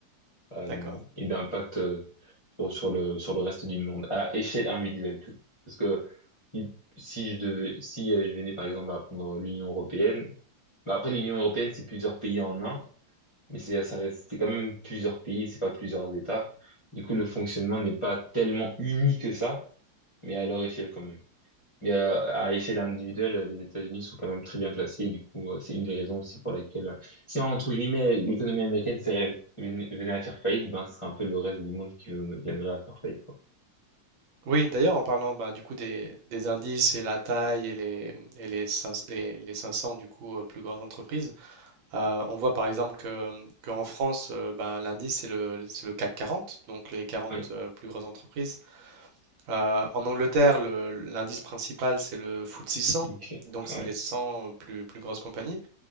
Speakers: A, on the left (about 35°); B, on the right (about 85°).
A: euh,
B: d'accord.
A: et d'impact euh, sur, sur le sur le reste du monde à échelle individuelle tout. Parce que si, si je devais, si euh, je venais par exemple à prendre l'Union européenne, bah après l'Union européenne c'est plusieurs pays en un, mais c'est ça reste c'est quand même plusieurs pays, c'est pas plusieurs États. Du coup le fonctionnement n'est pas tellement uni que ça, mais à leur échelle quand même. Mais euh, à échelle individuelle, euh, les États-Unis sont quand même très bien placés. Et du coup, euh, c'est une des raisons aussi pour lesquelles, euh, si entre guillemets l'économie américaine serait, ven- venait à faire faillite, ben ce serait un peu le reste du monde qui euh, viendrait à faire faillite, quoi.
B: Oui, d'ailleurs, en parlant bah, du coup des, des indices et la taille et les, et les, 500, les- les 500 du coup euh, plus grandes entreprises, euh, on voit par exemple que, qu'en France, euh, bah, l'indice c'est le, c'est le CAC 40, donc les 40
A: Oui,
B: euh, plus grosses entreprises. Euh, en Angleterre, le- l'indice principal c'est le FTSE 100,
A: ok.
B: donc c'est
A: ouais.
B: les 100 plus, plus grosses compagnies.